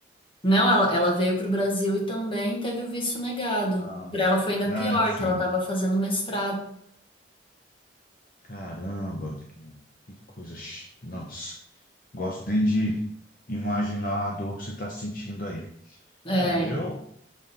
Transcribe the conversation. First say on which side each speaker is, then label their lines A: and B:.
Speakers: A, on the left; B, on the left.
A: Não, ela, ela veio para o Brasil e também teve o visto negado.
B: Ah,
A: Para ela foi ainda
B: né?
A: pior,
B: Sim.
A: que ela estava fazendo mestrado.
B: Caramba, cara, que coisa. chi- Nossa, gosto nem de imaginar a dor que você está sentindo aí.
A: É.
B: É, eu